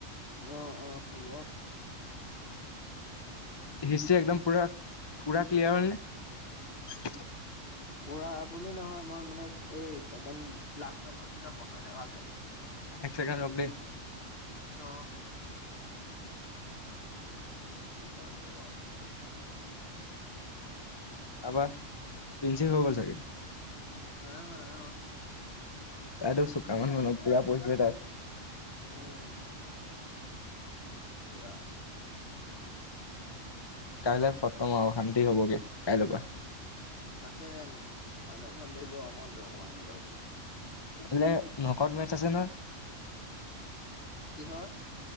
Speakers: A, on the left; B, on the left.
A: অ অ হ'ব।
B: হিষ্ট্ৰ্ৰী একদম পুৰা পুৰা ক্লিয়াৰ হল নেহ।
A: পুৰা বুলি নহয় মই মানে এই ছেকেণ্ড লাষ্টৰ পাৰ্ট কিটা বহাই নাই ভালকে।
B: এক চেকেণ্ড ৰক দে।
A: অ। তাকে কি হয় হব আৰু।
B: তাপা পিঞ্চি হৈ গ'ল চাগে।
A: নাই হোৱা নাই হোৱা।
B: তাই টো চোকা মানু্হ নহ পুৰা পঢ়িছে তাই।
A: উম। পুৰা।
B: কাইলৈ খতম আৰু শান্তি হবগে কাইলৈ পৰা।
A: তাকেহে আ ভাল লাগিব মনটো অকমান হ'লেও।
B: এনে নখত মেটছ আছে নে।
A: কিহৰ।